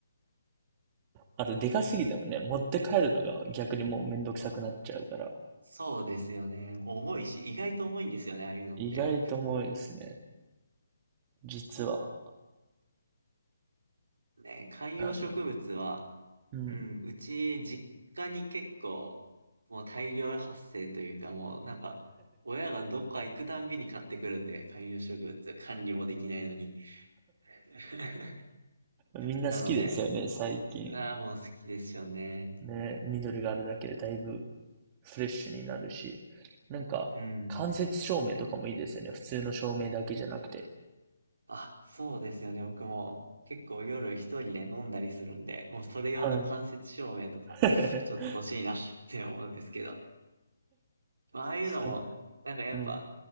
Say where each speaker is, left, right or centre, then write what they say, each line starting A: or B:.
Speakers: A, on the right; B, on the right.
A: あと、でかすぎてもね、持って帰るのが逆にもうめんどくさくなっちゃうから、
B: そうですよね。重いし、意外と重いんですよね、ああいうのって。
A: 意外と重いですね。実は。
B: ね、観葉植物は
A: あの、うん。
B: うん、うち、実家に結構、もう大量発生というか、もうなんか、親がどっか行くたんびに買ってくるんで、観葉植物、管理もできないのに。<laughs>
A: みんな好きですよね、
B: なので、
A: 最近。
B: ああ、もう好きですよね。
A: ね、緑があるだけでだいぶフレッシュになるし。なんか、
B: うん。
A: 間接照明とかもいいですよね。普通の照明だけじゃなくて。
B: あ、そうですよね。僕も結構夜一人で飲んだりするんで、もうそれ用の間接照明とか、
A: はい。<laughs>
B: ちょっと欲しいなって思うんですけど。まあ、ああいうのも、
A: それ
B: なんかやっぱ、
A: うん。